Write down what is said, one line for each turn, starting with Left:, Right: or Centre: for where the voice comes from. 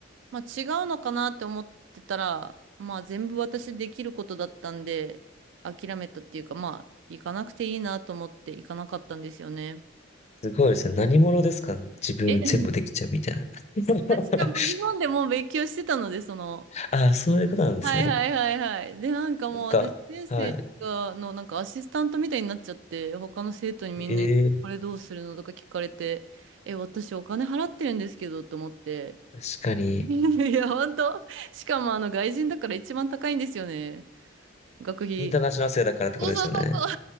Right: まあ違うのかなって思ってたら、まあ全部私できることだったんで、諦めたっていうか、まあ行かなくていいなと思って行かなかったんですよね。
Left: すごいですね。何者ですか自分全部できちゃうみたいな。
Right: え、<laughs>
Left: <laughs>
Right: 私がもう日本でもう勉強してたので、その、
Left: ああ、そういうことなんですね。
Right: はいはいはいはい。で、なんかもう私、
Left: なんか、
Right: 先生がのなんかアシスタントみたいになっちゃって、
Left: はい。
Right: 他の生徒にみんなに、
Left: ええ
Right: これどうするのとか聞かれて、え、私お金払ってるんですけどと思って。
Left: 確かに。
Right: <laughs> いや、本当。しかもあの外人だから一番高いんですよね。学費。
Left: インターナショナル生だからってことですよね。
Right: そうそうそう